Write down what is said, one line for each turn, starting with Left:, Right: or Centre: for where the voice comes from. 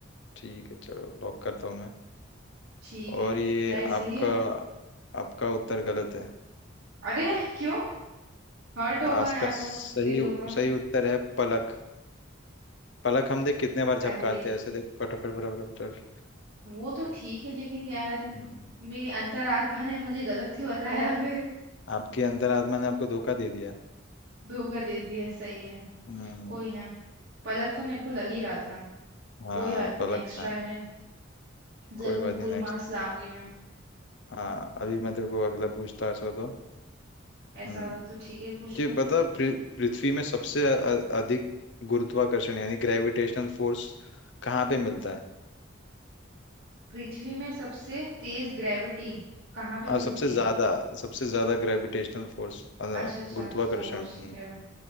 Left: ठीक है चलो लॉक करता हूँ मैं
Right: ठीक है
Left: और ये
Right: क्या ये सही
Left: आपका
Right: है
Left: आपका उत्तर गलत है
Right: अरे क्यों हर्ट होगा
Left: आज
Right: या
Left: का सही
Right: तो दिल होगा
Left: सही उत्तर है पलक पलक हम देख कितने बार झपकाते
Right: अरे
Left: हैं ऐसे देख फटाफट फटाफट फटाफट
Right: वो तो ठीक है लेकिन यार
Left: हम्म,
Right: मेरी अंतरात्मा ने मुझे गलत क्यों बताया फिर
Left: आपकी अंतरात्मा ने आपको धोखा दे दिया
Right: धोखा दे दिया सही है
Left: हम्म
Right: कोई ना पलक तो मेरे को लग ही रहा था
Left: हाँ
Right: कोई बात नहीं
Left: पलक
Right: नेक्स्ट
Left: था
Right: ट्राई में जरूर
Left: कोई बात
Right: पूरे
Left: नहीं नेक्स्ट
Right: मार्क्स लाऊंगी मैं
Left: हाँ अभी मैं तेरे को अगला पूछता ऐसा तो
Right: ऐसा
Left: हम्म
Right: हो तो ठीक है पूछ
Left: कि
Right: लो
Left: पता पृ- पृथ्वी में सबसे अ- अ- अधिक गुरुत्वाकर्षण यानी ग्रेविटेशनल फोर्स कहाँ पे मिलता है
Right: पृथ्वी में सबसे तेज ग्रेविटी कहाँ पे मिलती
Left: और सबसे
Right: है
Left: ज्यादा सबसे ज्यादा ग्रेविटेशनल फोर्स गुरुत्वाकर्षण
Right: अच्छा अच्छा फोर्स
Left: हम्म,
Right: ग्रेविटी